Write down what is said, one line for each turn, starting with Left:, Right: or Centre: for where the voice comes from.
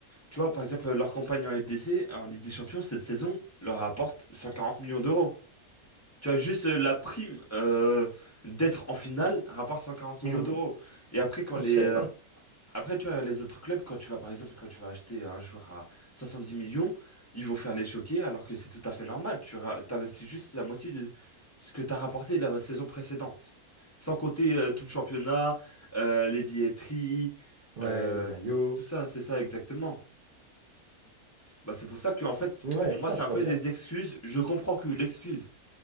Left: tu vois par exemple leur campagne en LDC en Ligue des Champions cette saison leur rapporte 140 millions d'euros tu vois juste euh, la prime euh, d'être en finale rapporte 140 millions
Right: hein. Mhm.
Left: d'euros et après quand
Right: Putain,
Left: les
Right: je savais
Left: euh,
Right: pas.
Left: après, tu vois, les autres clubs, quand tu vas, par exemple, quand tu vas acheter un joueur à 70 millions, ils vont faire les choquer, alors que c'est tout à fait normal. Tu ra- t'investis juste la moitié de ce que t'as rapporté la saison précédente. Sans compter euh, tout le championnat, euh, les billetteries,
Right: Ouais,
Left: euh,
Right: les maillots.
Left: tout ça, c'est ça exactement. Bah, c'est pour ça que, en fait,
Right: Ouais,
Left: pour
Right: putain,
Left: moi, c'est
Right: je
Left: un
Right: vois
Left: peu
Right: bien.
Left: des excuses. Je comprends que l'excuse,